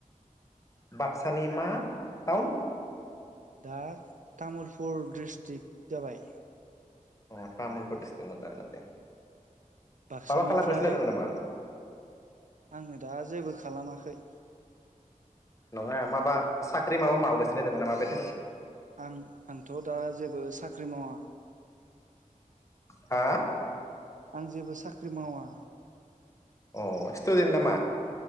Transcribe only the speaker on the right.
दा तामुलपुर डिस्ट्रिक जाबाय।
बाकसानिफ्राय
आङो दा जेबो खालामाखै।
आं आंथ' दा जेबो साख्रि मावा।
आं जेबो साख्रि मावा।